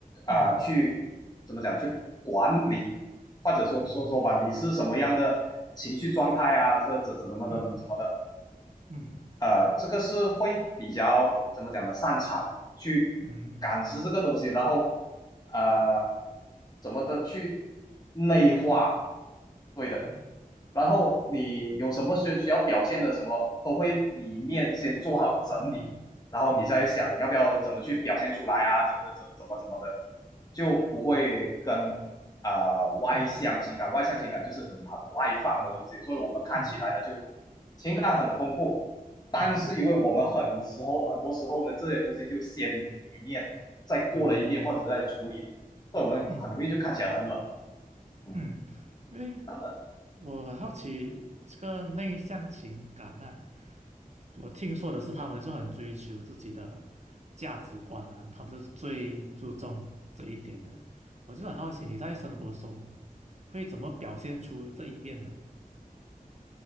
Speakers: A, on the left; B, on the right.
A: 啊、
B: 嗯
A: 去怎么讲？去管理，或者说说说吧，
B: 嗯哼
A: 你是什么样的情绪状态啊？这这怎怎么怎么怎么的？
B: 嗯嗯
A: 呃，这个是会比较怎么讲呢？擅长去感知这个东西，
B: 嗯嗯
A: 然后呃，怎么的去内化，对的。
B: 嗯。
A: 然后你有什么需需要表现的什么，都会里面先做好整理，
B: 嗯嗯
A: 然后你再想要不要怎么去表现出来啊，怎么怎怎么怎么的，就不会跟啊、呃外向情感，
B: 嗯，嗯
A: 外向情感就是你很外放的东西，
B: 对，
A: 所以我们看起来呢就
B: 嗯
A: 情感很丰富，但是因为我们很时候很多时候呢，
B: 嗯哼，
A: 这些东西就先里面再过了一遍，
B: 嗯
A: 或者再出，所以我们很容易就看起来很冷。
B: 嗯
A: 嗯，
B: 嗯，因为
A: 那么
B: 我很好奇这个内向情感呐、我听说的是他们就很追求自己的价值观啊，他们就是最注重这一点的。我就很好奇你在生活中会怎么表现出这一面呢？